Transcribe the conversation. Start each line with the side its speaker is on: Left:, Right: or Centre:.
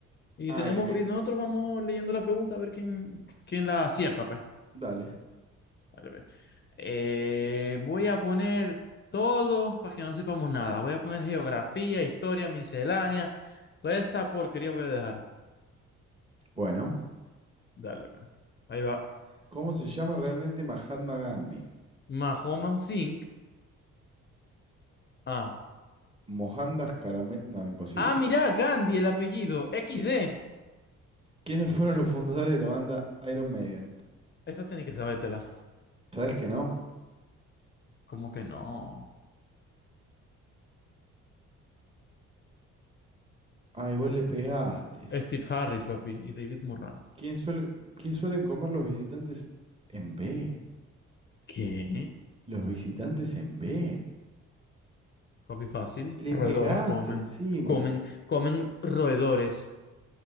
Left: Y
Right: Ah,
Left: tenemos,
Right: el que.
Left: y nosotros vamos leyendo la pregunta a ver quién, quién la acierta, pues.
Right: Dale.
Left: Dale, ve. Eh, voy a poner todo para que no sepamos nada. Voy a poner geografía, historia, miscelánea. Toda esa porquería voy a dejar.
Right: Bueno.
Left: Dale, pues. Ahí va.
Right: ¿Cómo se llama realmente Mahatma Gandhi?
Left: Mahoman Singh. Ah.
Right: Mohandas Karame... No, imposible.
Left: Ah, mirá, Gandhi, el apellido. XD.
Right: ¿Quiénes fueron los fundadores de la banda Iron Maiden?
Left: Esta tenés que sabértela.
Right: ¿Sabes que no?
Left: ¿Cómo que no?
Right: Ah, igual le pegaste.
Left: Steve Harris, papi, y David Murran.
Right: ¿Quién suele, ¿Qué suelen comer los visitantes en B?
Left: ¿Qué?
Right: Los visitantes en B.
Left: Papi, fácil.
Right: Le
Left: Roedores
Right: pegaste
Left: comen.
Right: encima.
Left: Comen, comen roedores.